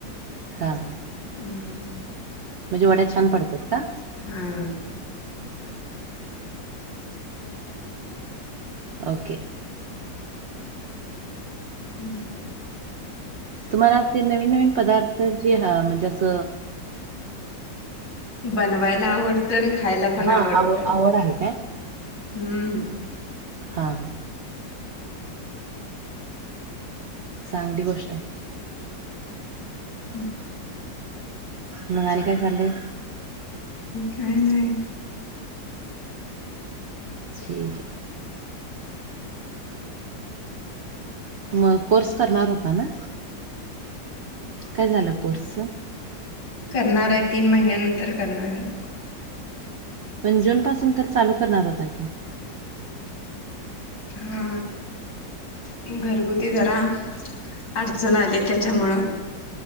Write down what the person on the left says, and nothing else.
उम्.
हा.
हुं.
बनवायला आवडतं आणि खायला पण
आवडत.
हुं.
हम्.
काय नाही.
करणार आहे तीन महिन्यानंतर करणार आहे.
हा हंग घरगुती जरा अडचण आली त्याच्यामुळं.